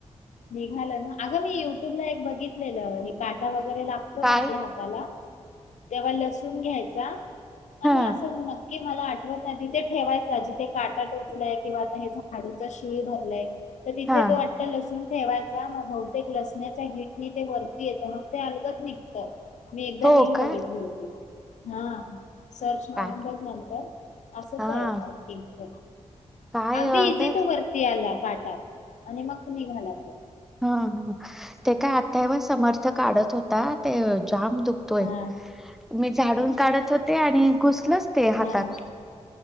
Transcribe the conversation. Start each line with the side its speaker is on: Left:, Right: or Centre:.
Left: निघालं ना अगं मी युट्यूब ला एक बघितलेलं हे काटा वै गरे लागतो
Centre: काय
Left: ना आपल्या हाताला. तेव्हा लसूण घ्यायचा. आणि
Centre: हा
Left: असं नक्की मला आट वत नाही तिथे ठेवायचा जिथे काटा टोचलाय किंवा आता हे झाडूचा शिळ भरलाय. त तिथे
Centre: हा
Left: तो आता लस ठेवायचा मग बहुतेक लसण्याच्या हीटनी ते वरती येतं, मग ते अलगत निघतं. मी एकदा
Centre: हो
Left: रील
Centre: का
Left: बघितली होती. हा. सर्च मारून
Centre: काय
Left: बघ नंतर, असंच
Centre: हा
Left: आहे आय थिंक.
Centre: काय
Left: अगदी
Centre: वाग
Left: इझी
Centre: हा
Left: टू वरती आला. काटा आणि मग तुम्ही घाला.
Centre: हा हा ते काय अथर्व समर्थ काढत होता. ते जाम दुखतोय.
Left: हा
Centre: मी झाडून काढत होते आणि घुसलंच ते हातात.
Left: हा